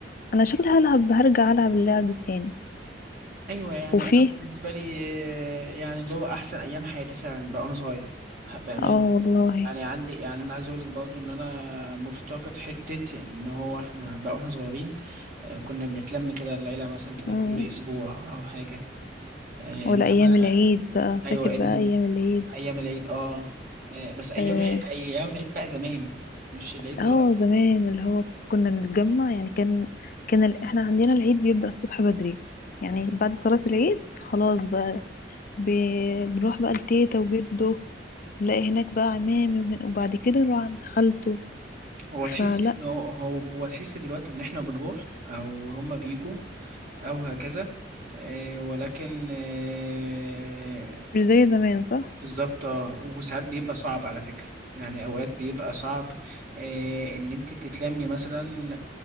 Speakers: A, on the left; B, on the right.
A: انا شكلي هلعب هرجع العب اللعب دي تاني
B: ايوه يعني
A: وفيه
B: انا بالنسبه لي آه، يعني اللي هو احسن ايام حياتي فعلا بقى وانا صغير بامان
A: اه والله
B: يعني عندي يعني انا عايز اقول لك برضو ان انا مفتقد حته ان هو احنا بقى واحنا صغيرين آه، كنا بنتلم كده العيله مثلا كده
A: مم.
B: كل اسبوع او حاجه آه،
A: ولا
B: انما
A: ايام العيد بقى
B: ايوه
A: فاكر
B: ان
A: بقى ايام العيد
B: ايام العيد اه آه، بس ايام
A: اه
B: العيد ايام العيد بقى زمان مش العيد
A: آه،
B: دلوقتي
A: زمان اللي هو كنا نتجمع يعني كان كان ال- احنا عندنا العيد بيبدأ الصبح بدري يعني بعد صلاة العيد خلاص بقى ب- بنروح بقى لتيتا وجده نلاقي هناك بقى عمامي وهن- وبعد كده نروح عند خالته
B: هو تحس
A: فلا
B: ان هو هو تحس دلوقتي ان احنا بنروح او هما بيجوا او هكذا آه، ولكن آه،
A: مش زي زمان صح؟
B: بالظبط آه، وساعات بيبقى صعب على فكرة يعني اوقات بيبقى صعب آه، ان انت تتلمي مثلا